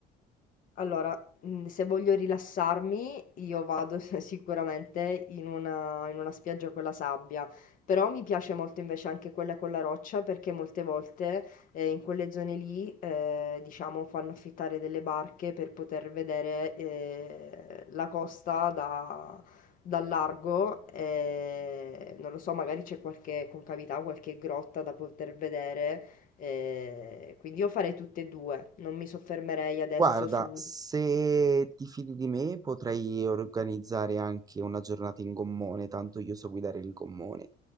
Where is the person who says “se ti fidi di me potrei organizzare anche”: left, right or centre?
Right